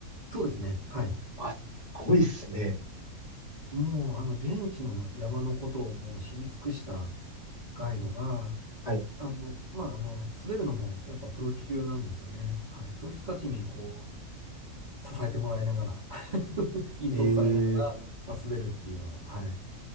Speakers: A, on the right (about 40°); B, on the left (about 30°).
A: そうですね。はい。
B: あ、すごいっすね。
A: もう、あの、現地の山のことをもう知り尽くしたガイドが、
B: はい。
A: あの、まあ、あの、滑るのもやっぱプロ級なんですよね。はい。そういう人たちにこう、支えてもらいながら <laughs> 引率されなが
B: えー、
A: ら滑るっていうのは、はい、